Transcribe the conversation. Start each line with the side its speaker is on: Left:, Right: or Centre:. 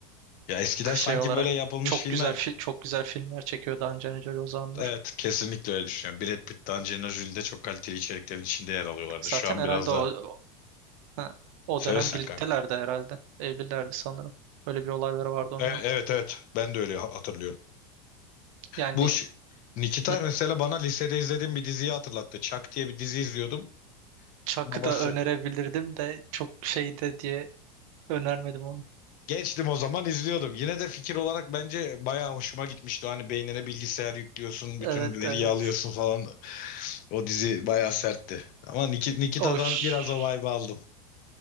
Left: Ya eskiden
Right: Şey
Left: sanki
Right: olarak
Left: böyle yapılmış
Right: çok
Left: filmler
Right: güzel fi- çok güzel filmler çekiyordu Angelina Jolie o zamanlar.
Left: evet kesinlikle öyle düşünüyorum. Brad Pitt de Angelina Jolie de çok kaliteli içeriklerin içinde yer alıyorlardı.
Right: Zaten
Left: Şu an
Right: herhalde
Left: biraz da
Right: o o, ha, o
Left: söylesen
Right: dönem birliktelerdi herhalde. Evlilerdi sanırım. Böyle bir olayları vardı onunla.
Left: E- Evet evet ben de öyle ha- hatırlıyorum.
Right: Yani
Left: Bu ş- Nikita
Right: hı,
Left: mesela bana lisede izlediğim bir diziyi hatırlattı. Chuck diye bir dizi izliyordum.
Right: Chuck'ı
Left: Babası.
Right: da önerebilirdim de çok şeyde diye önermedim onu.
Left: Gençtim o zaman izliyordum. Yine de fikir olarak bence bayağı hoşuma gitmişti. Hani beynine bilgisayar yüklüyorsun, bütün
Right: Evet
Left: veriyi
Right: evet.
Left: alıyorsun falan. O dizi bayağı sertti. Ama Niki- Nikita'dan
Right: O ş-
Left: biraz o vibe'ı aldım.